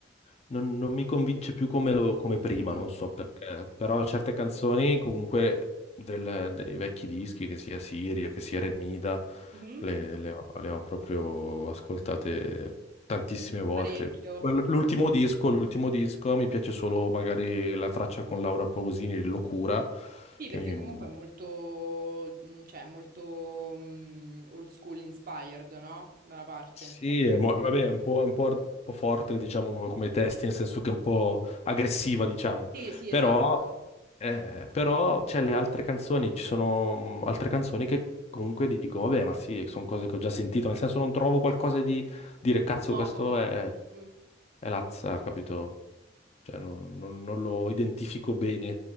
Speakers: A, on the left; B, on the right.
A: non, non mi convince più come, lo- come prima,
B: Mm.
A: non so perché, però certe canzoni comunque del- dei vecchi dischi, che sia Sirio, che sia Remida,
B: Mhm.
A: le, le ho, le ho proprio ascoltate tantissime volte.
B: Parecchio.
A: Quello- L'ultimo disco, l'ultimo disco, mi piace solo magari la traccia con Laura Pausini, Locura,
B: Sì,
A: che
B: perché
A: mi,
B: comunque è molto, mm, cioè, è molto mm, old school inspired, no? Da una parte.
A: Sì, è, mo- vabbè, è un po', un po', ar- un po' forte, diciamo, come testi,
B: Sì,
A: nel senso che è un po' aggressiva, diciamo.
B: sì, sì,
A: Però,
B: esatto.
A: eh, però c'è le altre canzoni, ci sono mm, altre canzoni che comunque dico, vabbè, ma sì, sono cose che ho già sentito, nel senso non trovo qualcosa di dire, cazzo,
B: Nuovo.
A: questo è,
B: Mm,
A: è Lazza, capito? Cioè, non, non- non lo identifico bene,